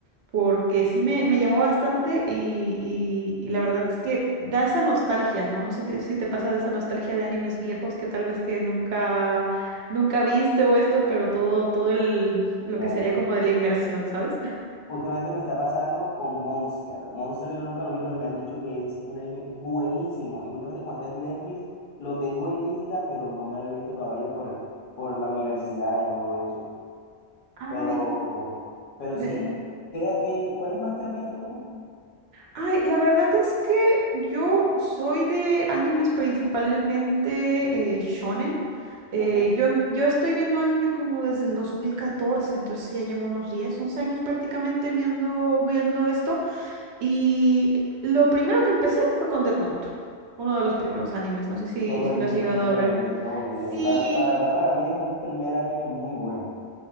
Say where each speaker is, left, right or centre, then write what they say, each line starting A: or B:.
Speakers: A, on the right; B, on the left.
A: porque sí me, me llamó bastante y, y- y la verdad es que da esa nostalgia, ¿no? No sé te- si te pasa de esa nostalgia de animes viejos que tal vez que nunca, nunca viste o esto, pero todo, todo el lo
B: Claro.
A: que sería como de la inmersión, ¿sabes?
B: Justamente me está pasando con Monster. Monster yo nunca lo vi, pero me han dicho que es un anime buenísimo. Y justamente como está en Netflix, lo tengo en lista, pero no me lo he visto todavía por el, por la universidad y todo eso.
A: Ay,
B: Pero, pero
A: de...
B: sí, ¿qué, qué, cuáles más te has visto tú?
A: Ay, la verdad es que yo soy de animes principalmente eh, shonen. Eh,
B: Ok.
A: yo, em- yo estoy viendo anime como desde el 2014, entonces ya llevo unos 10, 11 años prácticamente viendo, viendo esto. Y lo primero que empecé fue con Death Note, uno de los primeros animes. No sé si,
B: Todo
A: si
B: el
A: lo
B: mundo
A: has llegado
B: empieza
A: a ver.
B: con Death Note y
A: Sí,
B: eso. La, ver- la verdad para mí es un primer anime muy bueno,